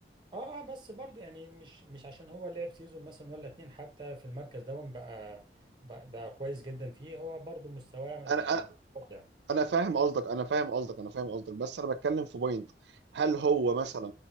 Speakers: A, on the right; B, on the right.
A: اه اه بس برضو يعني مش مش عشان هو لعب سيزون مثلا ولا اتنين حتى في المركز ده بقى بقى, بقى كويس جدا فيه هو برضو مستواه يعني
B: انا انا
A: واضع
B: أنا فاهم قصدك انا فاهم قصدك انا فاهم قصدك بس انا بتكلم في بوينت هل هو مثلا